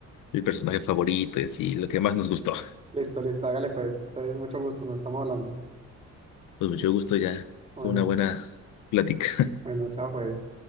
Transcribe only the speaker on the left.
el personaje favorito y así, lo que más nos gustó.
Pues mucho gusto ya,
fue una buena plática.